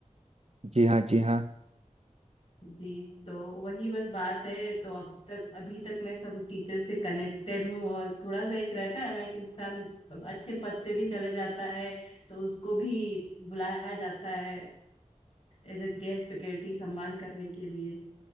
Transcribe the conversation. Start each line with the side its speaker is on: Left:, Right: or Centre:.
Right: जी हाँ जी हाँ
Left: जी तो वही बस बात है तो अब तक अभी तक मैं सब टीचर से कनेक्टेड हूँ और थोड़ा सा एक रहता है ना एक इंसान अच्छे पद पे भी चले जाता है तो उसको भी बुलाया जाता है एज अ गेस्ट फैकल्टी सम्मान करने के लिए